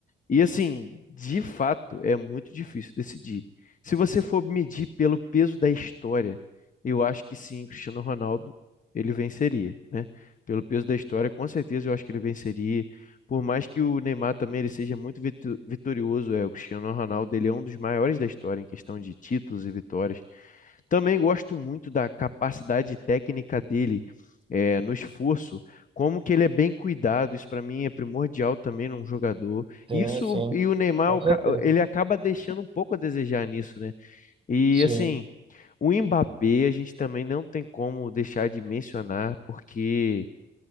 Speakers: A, on the left; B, on the right.
A: E assim, de fato, é muito difícil decidir. Se você for medir pelo peso da história, eu acho que sim, Cristiano Ronaldo, ele venceria, né? Pelo peso da história, com certeza eu acho que ele venceria. Por mais que o Neymar também ele seja muito vitu- vitorioso, é, o Cristiano Ronaldo, ele é um dos maiores da história em questão de títulos e vitórias. Também gosto muito da capacidade técnica dele, eh, no esforço, como que ele é bem cuidado. Isso para mim é primordial também num jogador.
B: Sim,
A: Isso
B: sim,
A: e o Neymar,
B: com
A: o
B: certeza.
A: ca- ele acaba deixando um pouco a desejar nisso, né? E
B: Sim,
A: assim, o Mbappé a gente também não tem como deixar de mencionar, porque,